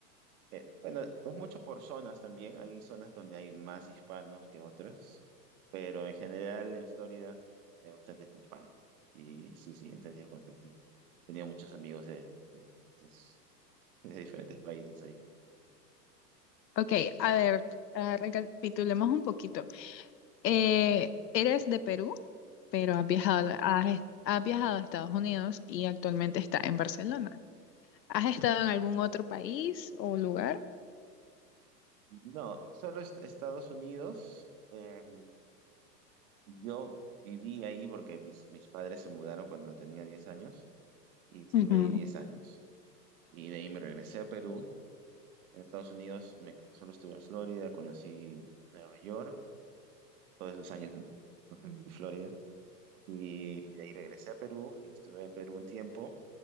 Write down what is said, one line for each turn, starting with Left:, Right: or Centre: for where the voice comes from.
Right: eh, bueno, es mucho por zonas también. Hay zonas donde hay más hispanos que otras, pero en general en Florida hay bastantes hispanos. Y sí, sí, he tenido contacto. Tenía muchos amigos de, de diferentes, de diferentes países ahí.
Left: Ok, a ver, ah, recapitulemos un poquito. Eh, ¿eres de Perú? pero has viajado,
Right: Sí.
Left: has, est- has viajado a Estados Unidos y actualmente está en Barcelona. ¿Has estado en algún otro país o lugar?
Right: No, solo est- Estados Unidos. eh, yo viví ahí porque mis, mis padres se mudaron cuando tenía 10 años y estuve
Left: Ujú.
Right: ahí 10 años. Y de ahí me regresé a Perú En Estados Unidos me, solo estuve en Florida, conocí Nueva York, todos esos años en Florida, y de ahí regresé a Perú y estuve en Perú un tiempo